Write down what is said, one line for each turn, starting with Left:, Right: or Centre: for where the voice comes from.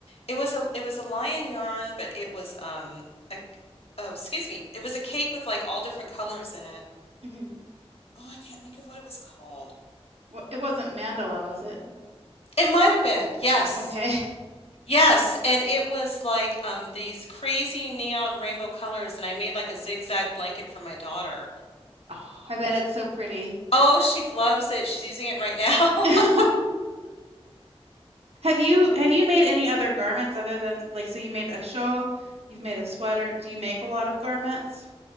Left: It was a it was a lion yarn, but it was um a oh, excuse me, it was a cake with like all different colors in it.
Right: hmm
Left: Oh, I can't think of what it was called.
Right: It wasn't mandala, was it?
Left: It might have been, yes.
Right: Okay. <laughs>
Left: Yes, and it was like um these crazy neon rainbow colors, and I made like a zigzag blanket for my daughter.
Right: Oh, I bet it's so pretty.
Left: Oh, she loves it. She's using it right now. <laughs>
Right: <laughs> Have you have you made any other garments other than like so you made a shawl, you've made a sweater. Do you make a lot of garments?